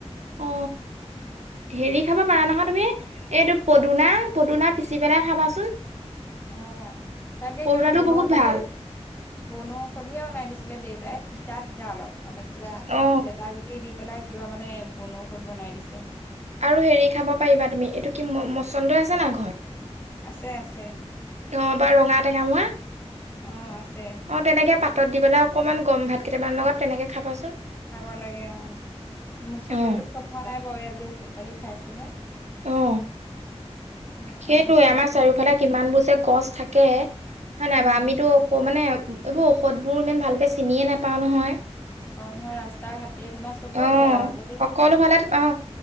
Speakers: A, on the right; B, on the left.
A: অ হেৰি খাব পাৰা নহয় তুমি। এইটো পদুনা,
B: অ
A: পদুনা পিচি পেলাই খাবাচোন।
B: অ, তাকে
A: পদুনাটো
B: কিবা বনৌষধিহে
A: বহুত ভাল
B: বনৌষধিহে বনাই দিছিলে দেউ দে তিতা তিতা অলপ মানে কিবা
A: অ
B: লেটা গুটি দি পেলাই কিবা মানে বনৌষধ বনাই দিছে।
A: আৰু হেৰি খাব পাৰিবা তুমি। এইটো কি ম মচন্দই আছে নাই ঘৰত?
B: আছে, আছে।
A: অ বা ৰঙা টেঙামৰা।
B: অ, আছে।
A: অ, তেনেকে পাতত দি পেলাই অকমান গৰম ভাত কেইটামান লগত তেনেকৈ খাবাচোন।
B: খাব লাগে অ। মচন্দৰীতো
A: অ
B: খোৱা হোৱা নাই বাৰু। আজি ঔষধপালি খাইছো হে।
A: অ
B: তাৰপা
A: সেইটোৱে।
B: তোমাৰ
A: আমাৰ চাৰিওফালে কিমানবোৰ যে গছ থাকে। হয় নাই
B: উম
A: বাও আমিতো ঔষধ মানে এইবোৰ ঔষধবোৰ ইমান ভালকৈ চিনিয়ে নাপাওঁ নহয়।
B: পাওঁ নহয় ৰাস্তা-ঘাটে তোমাৰ চবতে
A: অ
B: আৰু য'তে
A: সকলো
B: ত'তে
A: ফালে, অ।